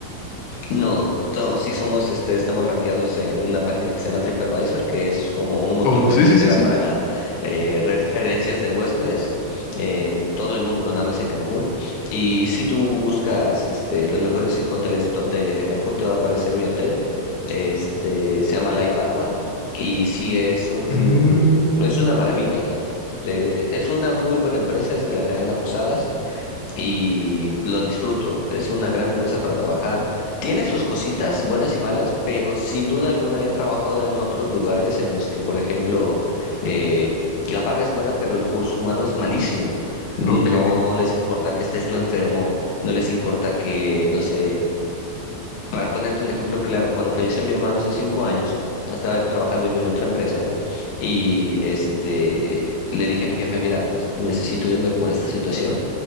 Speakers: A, on the left; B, on the left.
A: No, no, sí somos, este, estamos rankeados en una página que se llama TripAdvisor, que es como un motor
B: O
A: de
B: sí,
A: búsqueda
B: sí, sí, sí.
A: para eh, referencias de huéspedes en todo el mundo, no nada más en Cancún. Y si tú buscas este, los mejores cinco hoteles top de, de Cancún, te va a aparecer mi hotel, este, se llama Live Aqua, y sí es un,
B: Mm,
A: es una maravilla. este, es una muy buena empresa, es de la cadena Posadas y lo disfruto. Es una gran empresa para trabajar. Tiene sus cositas buenas y malas, pero sin duda alguna he trabajado en otros lugares en los que, por ejemplo, eh, la paga es buena, pero el recurso humano es malísimo. No
B: ok.
A: les importa que estés tú enfermo, no les importa que, no sé, para ponerte un ejemplo claro, cuando falleció mi hermano hace cinco años, estaba trabajando yo en otra empresa y este le dije a mi jefe, mira, pues necesito irme por esta situación